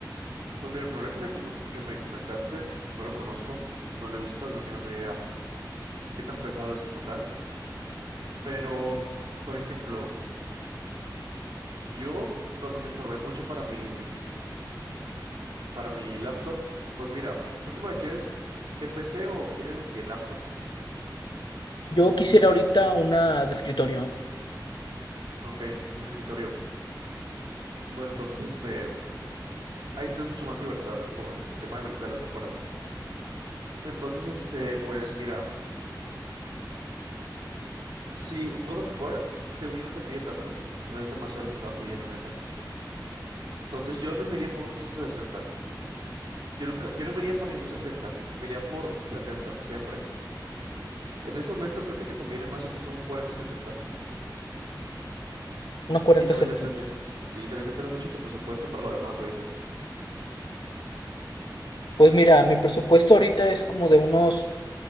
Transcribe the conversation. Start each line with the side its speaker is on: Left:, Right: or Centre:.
Right: Pues mira, el primero que me, com- que me comentaste, no lo conozco, no lo he visto, así que no sabría qué tan pesado es como tal. Pero, por ejemplo, yo cuando me informé mucho para mi para mi laptop, pues mira, ¿tú cómo la quieres? ¿De PC o quieres de qué laptop?
Left: Yo quisiera
Right: Eso Es muy importante.
Left: ahorita una de escritorio,
Right: Ok, un escritorio. Bueno, entonces, este, ahí tienes mucha más libertad por el tema de, de las mejoras. Entonces, este, pues mira, si un God of War, según yo, no te pide tanto. No es demasiado lo que te va a pedir, la neta. Entonces, yo no me iría por un 360, Yo nunca, yo no me iría por ningún sesenta, Me iría por 70 siempre. En este momento creo que te conviene más irte por un cuarenta setenta.
Left: una cuarenta
Right: Y también
Left: setenta
Right: depende, sí, también depende mucho de tu presupuesto por lo demás, obviamente.
Left: Pues mira, mi presupuesto ahorita es como de unos